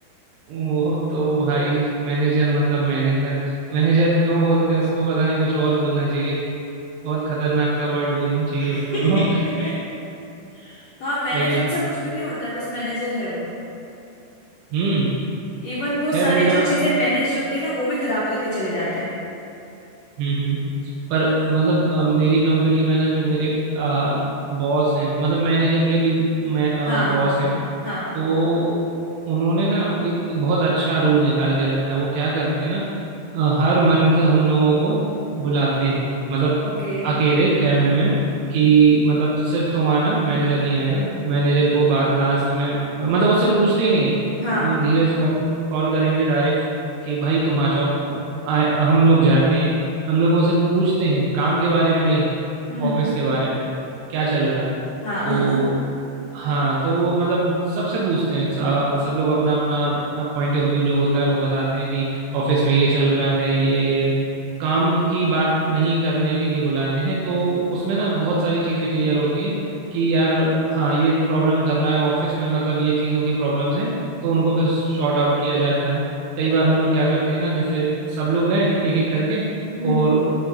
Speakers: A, on the right; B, on the left.
A: वो तो भाई मैनेजर मतलब मैनेजर मैनेजर क्यों बोलते हैं उसको पता नहीं कुछ और बोलना चाहिए बहुत खतरनाक सा वर्ड बोलना चाहिए
B: <laughs>
A: उसको तो <laughs>
B: हाँ मैनेज
A: सही
B: उनसे
A: है
B: कुछ भी नहीं होता है बस मैनेजर है वो
A: हम्म
B: इवन वो
A: खैर
B: सारी
A: मेरा
B: जो चीजें मैनेज होती है ना वो भी खराब करके चले जाते हैं
A: हम्म हम्म पर मतलब अ, मेरी कंपनी में ना जो मेरे बॉस हैं मतलब मैनेजर के भी मैं
B: हाँ
A: बॉस हैं
B: हाँ
A: तो उन्होंने ना एक बहुत अच्छा रूल निकाल के रखा है वो क्या करते हैं ना अ, हर मंथ हम लोगों को बुलाते हैं मतलब
B: ओके
A: अकेले कैबिन में कि मतलब सिर्फ तुम आना मैनेजर नहीं आएगा मैनेजर को लास्ट में अ, मतलब उससे पूछते ही नहीं है अ,
B: हाँ
A: धीरे से कॉल कॉल करेंगे डायरेक्ट कि भाई तुम आ जाओ अ, आ, हम लोग जाते हैं हम लोगों से पूछते हैं काम के बारे में नहीं
B: हम्म
A: ऑफिस के बारे में क्या चल रहा है
B: हाँ
A: तो हाँ तो वो मतलब सबसे पूछते हैं सा- सब लोग अपना अपना पॉइंट ऑफ व्यू जो होता है वो बताते हैं कि ऑफिस में ये चल रहा है ये काम की बात नहीं करने के लिए बुलाते हैं तो उसमें ना बहुत सारी चीज़ें क्लियर होती हैं कि यार हाँ ये प्रॉब्लम कर रहा है ऑफिस में मतलब ये चीज़ों की प्रॉब्लम्स हैं तो उनको फिर शॉर्ट आउट किया जाता है कई बार हम लोग क्या करते हैं ना जैसे सब लोग गए एक एक करके
B: हम्म
A: और